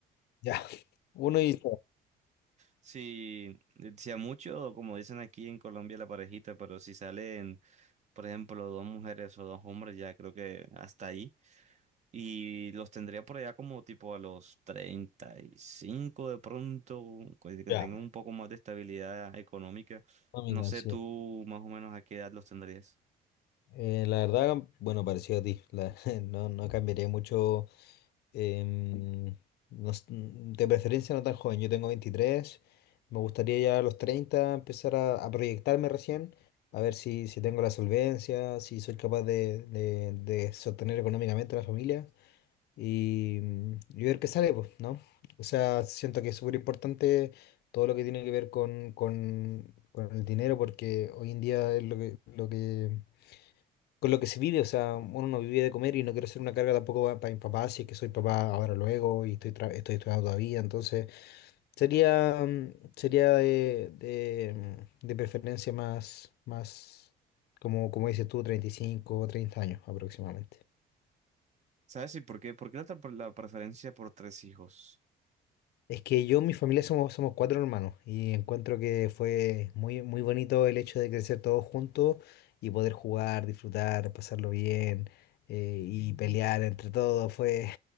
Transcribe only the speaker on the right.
Si, si a mucho, como dicen aquí en Colombia, la parejita, pero si salen, por ejemplo, dos mujeres o dos hombres, ya creo que hasta ahí. Y los tendría por allá como tipo a los 35 de pronto, que que
tengan un poco más de estabilidad económica.
No sé
tú más o menos a qué edad los tendrías.
¿Sabes? ¿Y por qué? ¿Por qué la, tra- la preferencia por tres hijos?